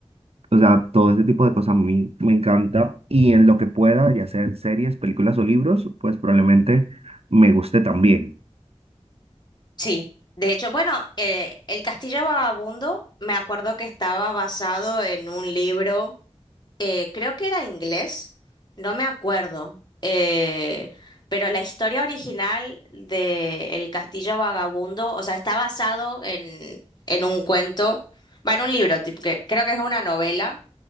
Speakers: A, on the right (about 60°); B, on the left (about 40°).
A: O sea, todo ese tipo de cosas a mí me encanta y en lo que pueda, ya sea en series, películas o libros, pues probablemente me guste también.
B: Sí. De hecho, bueno, eh, El Castillo Vagabundo, me acuerdo que estaba basado en un libro, eh, creo que era inglés, no me acuerdo. eh, pero la historia original de El Castillo Vagabundo, o sea, está basado en, en un cuento, va en un libro, tipo, que creo que es una novela